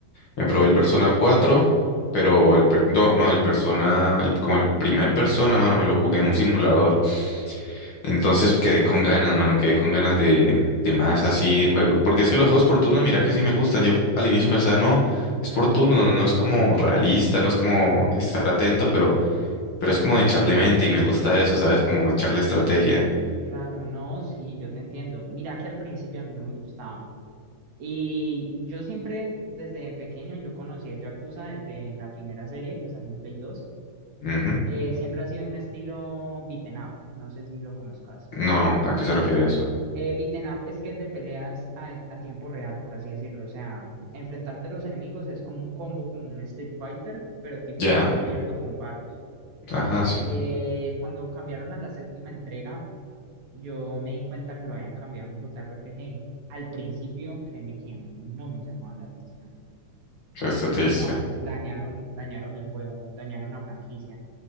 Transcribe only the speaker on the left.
me probé el Persona 4, pero el, per- no, no, el Persona, el- como el primer Persona, mano, me lo jugué en un simulador. Entonces quedé con ganas, mano, quedé con ganas de, de más así de juego. Porque es que los juegos por turnos, mira que sí me gustan. Yo al inicio pensaba, no, es por turnos, no es como realista, no es como estar atento, pero Pero es como de echarle mente y me gusta eso, ¿sabes? Como echarle estrategia.
Ujú.
No, ¿a qué se refiere eso?
Ya,
ajá, sí.
¿Qué esto
te dice?